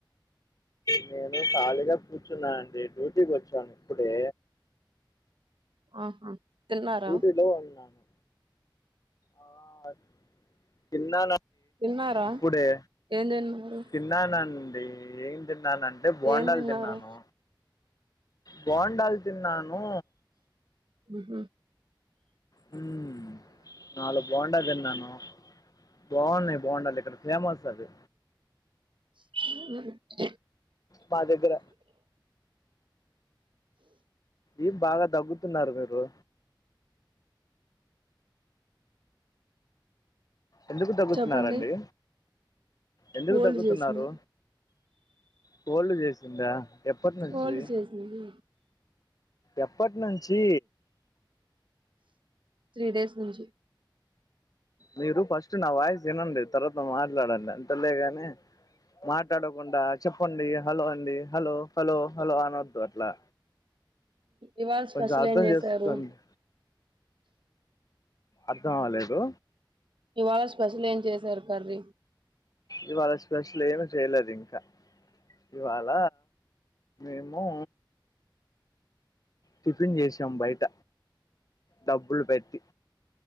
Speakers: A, on the left; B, on the right.
A: నేను ఖాళీగా కూర్చున్నా అండి డ్యూటీకి వచ్చాను ఇప్పుడే
B: ఆహా తిన్నారా
A: డ్యూటీ లో ఉన్నాను ఆ తిన్నా
B: తిన్నారా
A: ఇప్పుడే
B: ఏం తిన్నారు
A: తిన్నాను అండి అ ఏం తిన్నానంటే బోండాలు
B: ఏం తిన్నారు
A: తిన్నాను బొండాలు తిన్నాను
B: ఉహు
A: హమ్ నాలుగు బోండా తిన్నాను బాగున్నాయి బొండాలు ఇక్కడ ఫేమస్ అది
B: అ <inaudible>
A: మా దగ్గర ఏం బాగా దగ్గుతున్నారు మీరు ఎందుకు దగ్గుతున్నారండి
B: చెప్పండి
A: ఎందుకు
B: కోల్డ్
A: దగ్గుతున్నారు
B: చేసింది
A: కోల్డ్ చేసిందా ఎప్పటినుంచి
B: కోల్డ్ చేసింది
A: ఎప్పటినుంచి
B: త్రీ డేస్ నుంచి
A: మీరు ఫస్ట్ నా వాయిస్ వినండి తర్వాత మాట్లాడండి అంతలేగానే మాట్లాడకుండా చెప్పండి హలో అండి హలో హలో హలో అనొద్దు అట్లా
B: ఇవాళ స్పెషల్
A: కొంచెం అర్థం
B: ఏం చేసారు?
A: చేసుకోండి అర్థం అవలేదు.
B: ఇవాళ స్పెషల్ ఏం చేసారు కర్రీ.
A: ఇవాళ స్పెషల్ ఏమి చేయలేదు ఇంకా. ఇవాళ ఏమో టిఫిన్ చేసాం. బయట డబ్బులు పెట్టి.